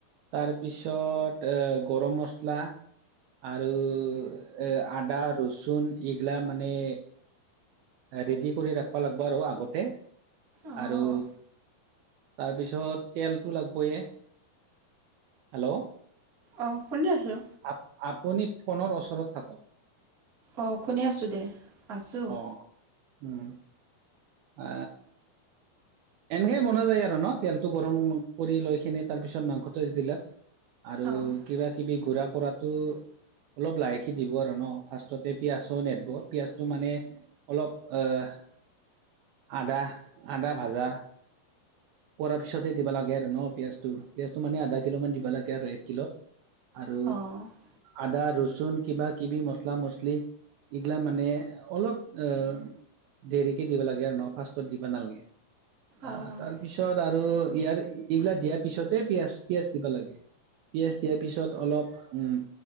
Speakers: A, on the right; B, on the right.
A: তাৰপিছত এ গৰম মছলা আৰু এ আদা ৰচুন এইগিলা মানে ৰেডি কৰি ৰাখবা লাগব আৰু আগতে
B: অঁ
A: আৰু তাৰপিছত তেলটো লাগবয়ে, হেল্ল'
B: অঁ শুনি আছোঁ।
A: আপ আপুনি ফোনৰ ওচৰত থাকক।
B: অঁ শুনে আছোঁ দে আছোঁ।
A: অ উম আ এনেকেইে বনোৱা যায় আৰু ন তেলটো গৰম কৰি লৈ খিনি তাৰপিছত মাংসটো দিলে। আৰু
B: অঁ
A: কিবা কিবি ঘূৰা ফুৰাতো অলপ লাহেকে দিব আৰু ন ফাৰ্ষ্টতে পিয়াজো নেদিব পিয়াঁজটো মানে অলপ আহ আদা আদা ভাজা কৰাৰ পিছতহে দিবা লাগে আৰু ন পিয়াঁজটো পিঁয়াজটো মানে আধা কিলো মান দিবা লাগে আৰু এক কিল আৰু
B: অঁ
A: আদা ৰচুন কিবা কিবি মছলা মছলি। এইগিলা মানে অলপ অ দেৰিকে দিব লাগে আৰু ন ফাৰ্ষ্টত দিবা নালাগে
B: অঁ
A: আহ তাৰপিছত পিছত আৰু ইয়াৰ এইবিলাক দিয়াৰ পিছতে পিঁয়াজ, পিয়াজ দিবা লাগে। পিঁয়াজ দিয়াৰ পিছত অলপ উম।